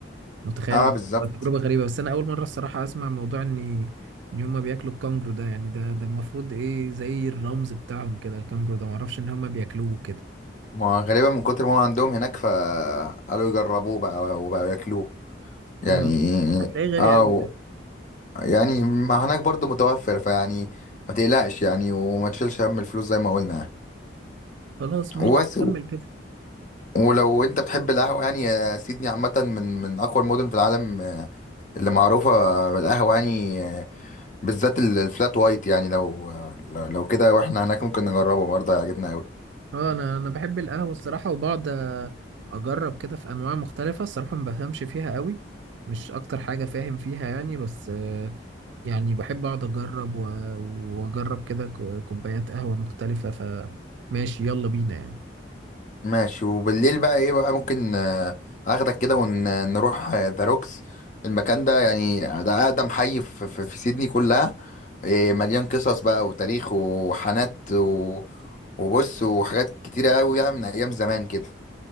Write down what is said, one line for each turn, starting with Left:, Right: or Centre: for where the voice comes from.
Right: متخيل
Left: اه
Right: إن
Left: بالظبط
Right: تبقى تجربة غريبة بس انا اول مرة الصراحة اسمع موضوع ان ان هما بياكلوا الكانجرو ده يعني ده ده المفروض ايه زي الرمز بتاعهم كده الكانجرو ده معرفش ان هما بياكلوه كده
Left: ما غالبا من كتر ما هو عندهم هناك فقالوا يجربوه بقى وبقوا ياكلوه يعني
Right: اه هتلاقيه غالي
Left: او
Right: قوي ده
Left: يعني ما هناك برضو متوفر فيعني ما تقلقش يعني وما تشيلش هم الفلوس زي ما قلنا
Right: خلاص ماشي
Left: وبس
Right: كمل كده
Left: ولو انت بتحب القهوة يعني آه، سيدني عامة من من أقوى المدن في العالم آه، اللي معروفة بالقهوة يعني آه، بالذات ال- الفلات وايت يعني لو لو لو كده واحنا هناك ممكن نجربه برضه هيعجبنا أوي
Right: اه انا انا بحب القهوه الصراحه وبقعد آه، اجرب كده في انواع مختلفه الصراحه ما بفهمش فيها قوي مش اكتر حاجه فاهم فيها يعني بس آه، يعني بحب اقعد اجرب و- واجرب كده ك- كوبايات قهوه مختلفه فماشي يلا بينا يعني
Left: ماشي وبالليل بقى ايه بقى ممكن آه، اخدك كده ونروح ذا روكس المكان ده يعني ده اقدم حي في, في, في سيدني كلها إيه، مليان قصص بقى وتاريخ وحانات و- وبص وحاجات كتيرة قوي يعني من ايام زمان كده